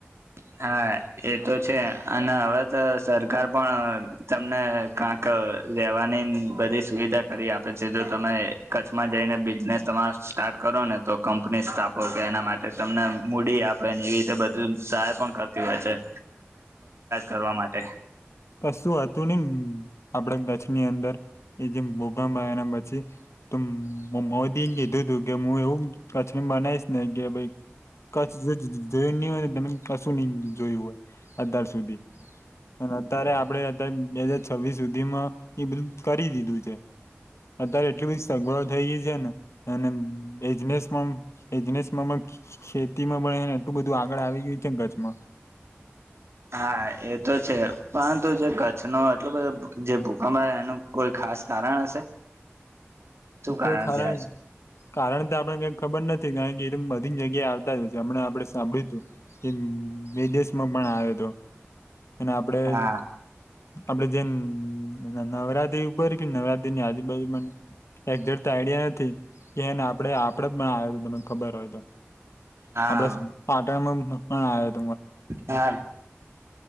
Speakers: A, on the right; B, on the left.
A: હા એ તો છે અને હવે તો સરકાર પણ તમને કક રેવાની બધી સુવિધા કરી આપે છે જો તમે કચ્છમાં જઈને બિઝનેસ તમારા સ્ટાર્ટ કરો ને તો કંપની સ્થાપો કે એના માટે તમને મૂડી આપે ને એવી રીતે બધું સાહેબ પણ કરતી હોય છે કરવા માટે
B: કશું હતું ને આપડા કચ્છની અંદર એ જેમ ભૂકંપ આયા પછી તો મોદીને કીધું તું કે હું એવું કચ્છ બનાઈશ ને કે ભાઈ કચ્છ જોયું નહી હોય તમે કશું નહી જોયું હોય અત્યાર સુધી અને અત્યારે આપડે અત્યારે બે હાજર છવ્વીસ સુધી માં એ બધું કરી દીધું છે અત્યારે એટલી બધી સગવડ થઈ ગઈ છે ને અને એજનેસમાં એજનેસ ખેતીમાં પણને એટલું બધું આગળ આવી ગયું છે ને કચ્છ મા
A: હા એ તો છે પરંતુ જે કચ્છ ણો એટલો બધો જે ભૂકંપ એનું કોઈ ખાસ કારણ હશે શું
B: એ તો કારણ
A: છે
B: કારણ તો આપણે ક ખબર નથી કારણ કે બધી જગ્યાએ આવતા જય છે હમં આપડે સાંભળ્યું હતું કે વિદેશ માં પણ આવ્યો હતો અને આપડે
A: હા
B: આપડે જે નવરાત્રી ઉપર કે નવરાત્રી ની આજુબાજુ ને એક્ઝે તો આઈડિયા નથી કે એને આપડ આપડ પણ આવ તો તને ખબર હોય તો
A: હા
B: આપડે પાટણમાં પણ આવ
A: હા